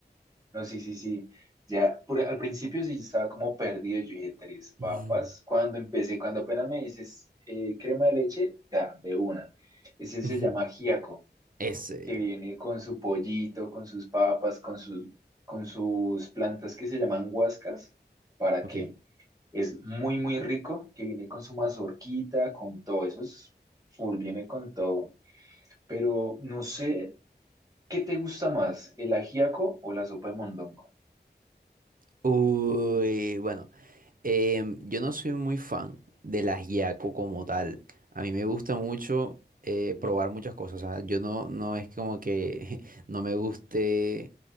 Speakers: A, on the right (about 20°); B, on the right (about 50°).
A: No, sí, sí, sí. Ya, por- al principio sí estaba como perdido. Yo dije, tres
B: <laughs>
A: papas. Cuando empecé, cuando apenas me dices eh, crema de leche, ya, de una. Ese se
B: Ujú,
A: llama
B: ujú.
A: ajiaco,
B: Ese,
A: que viene con su pollito, con sus papas, con sus, con sus plantas que se llaman huascas. ¿Para
B: ok.
A: qué? Es muy, muy rico, que viene con su mazorquita, con todo eso. Es full, viene con todo. Pero no sé, ¿qué te gusta más, el ajiaco o la sopa de mondongo?
B: Uy, bueno. Em, yo no soy muy fan del ajiaco como tal. A mí me gusta mucho eh, probar muchas cosas. O sea, yo no, no es como que <laughs> no me guste